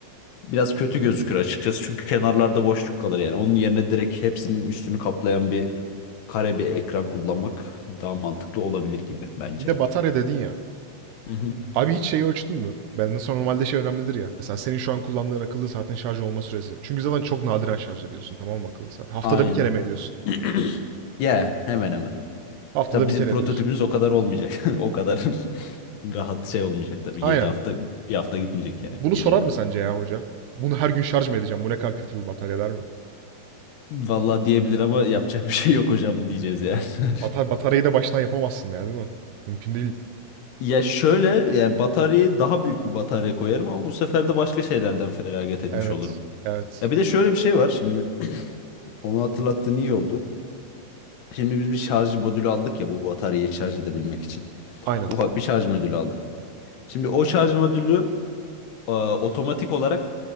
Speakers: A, on the left; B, on the right.
A: biraz kötü gözükür açıkçası. Çünkü kenarlarda boşluk kalır yani. Onun yerine direkt hepsinin üstünü kaplayan bir kare bir ekran kullanmak daha mantıklı olabilir gibi bence.
B: Bir de batarya dedin ya.
A: Hı hı.
B: Abi hiç şeyi ölçtün mü? Ben mesela normalde şey önemlidir ya. Mesela senin şu an kullandığın akıllı saatin şarj olma süresi. Çünkü zaten çok nadiren şarj ediyorsun tamam mı akıllı saat? Haftada
A: Aynen.
B: bir kere mi ediyorsun?
A: <clears throat> Yani hemen hemen.
B: Haftada
A: Tabii bizim
B: bir kere
A: prototipimiz
B: ediyorsun.
A: o kadar olmayacak. <laughs> O kadar <laughs> Rahat şey olmayacak tabii.
B: Aynen.
A: yedi hafta bir hafta gitmeyecek yani.
B: Bunu
A: yedi
B: sorar
A: gün.
B: mı sence ya hoca? Bunu her gün şarj mı edeceğim? Bu ne kadar kötü bir batarya der mi?
A: Vallahi diyebilir ama yapacak bir şey yok hocam diyeceğiz yani. <laughs>
B: Batar bataryayı da baştan yapamazsın ya değil mi? Mümkün değil.
A: Ya şöyle yani bataryayı daha büyük bir batarya koyarım ama bu sefer de başka şeylerden feragat etmiş
B: Evet.
A: olurum.
B: Evet.
A: Ya bir de şöyle bir şey var şimdi onu hatırlattığın iyi oldu. Şimdi biz bir şarj modülü aldık ya bu bataryayı şarj edebilmek için.
B: Aynen.
A: Ufak bir şarj modülü aldık. Şimdi o şarj modülü e, otomatik olarak